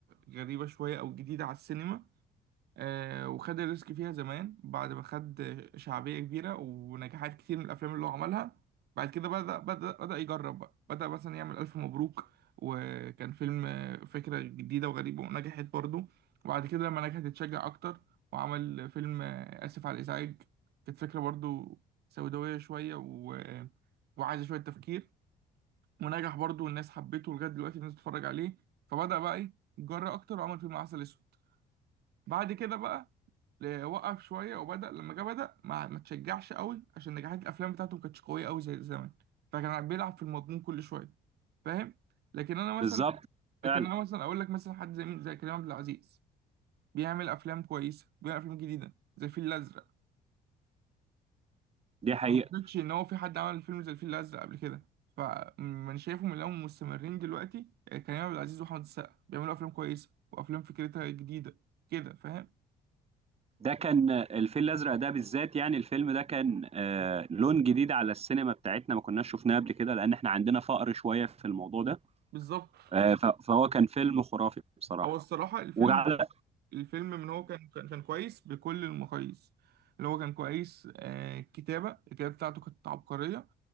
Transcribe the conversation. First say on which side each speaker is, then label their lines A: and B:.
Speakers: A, on the right; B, on the right.
A: غريبة شوية او جديدة على السينما آه، وخد الريسك فيها زمان بعد ما خد شعبية كبيرة ونجاحات كتير من الأفلام اللي هو عملها بعد كده بدأ بدأ بدأ يجرب بقى بدأ مثلا يعمل ألف مبروك وكان فيلم آه، فكرة جديدة وغريبة ونجحت برضه وبعد كده لما نجحت اتشجع أكتر وعمل فيلم آه، آسف على الإزعاج كانت فكرة برضه سوداوية شوية و... وعايزة شوية تفكير ونجح برضه والناس حبته لغاية دلوقتي الناس بتتفرج عليه فبدأ بقى إيه يتجرأ أكتر وعمل فيلم عسل أسود بعد كده بقى ل- وقف شويه وبدا لما جه بدا ما ما تشجعش قوي عشان نجاحات الافلام بتاعته ما كانتش قويه قوي زي زمان فكان بيلعب في المضمون كل شويه فاهم لكن انا مثلا
B: بالظبط
A: لكن
B: فعلا
A: انا مثلا اقول لك مثلا حد زي مين زي كريم عبد العزيز بيعمل افلام كويسه بيعمل افلام جديده زي الفيل الازرق
B: دي حقيقة
A: ما اعتقدش ان هو في حد عمل فيلم زي الفيل الازرق قبل كده فمن شايفهم اللي هم مستمرين دلوقتي آه، كريم عبد العزيز واحمد السقا بيعملوا افلام كويسه وافلام فكرتها جديده كده فاهم
B: ده كان الفيل الازرق ده بالذات يعني الفيلم ده كان آه لون جديد على السينما بتاعتنا ما كناش شفناه قبل كده لان احنا عندنا فقر شوية في الموضوع ده
A: بالظبط
B: آه ف- فهو كان فيلم خرافي بصراحة
A: هو الصراحة الفيلم
B: وعلى
A: الفيلم من هو كان كان كان كويس بكل المقاييس اللي هو كان كويس آه كتابة الكتابة بتاعته كانت عبقرية